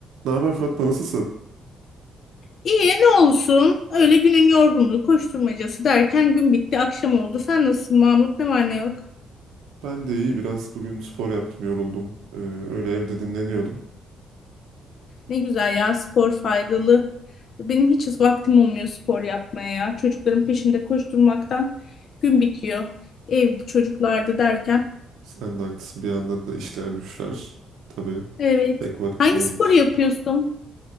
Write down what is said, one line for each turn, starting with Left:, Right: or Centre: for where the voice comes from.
Right: Ne haber Fatma nasılsın?
Left: İyi ne olsun. Öyle günün yorgunluğu, koşturmacası derken gün bitti, akşam oldu. Sen nasılsın Mahmut? Ne var ne yok?
Right: Ben de iyi biraz bugün spor yaptım yoruldum. Ee, öyle evde dinleniyordum.
Left: Ne güzel ya spor faydalı. Benim hiç vaktim olmuyor spor yapmaya ya. Çocukların peşinde koşturmaktan gün bitiyor. Evde çocuklarda derken.
Right: Sen de haklısın bir yandan da işler güçler. Tabii
Left: Evet.
Right: pek vakit
Left: Hangi
Right: bulamıyoruz.
Left: sporu yapıyorsun?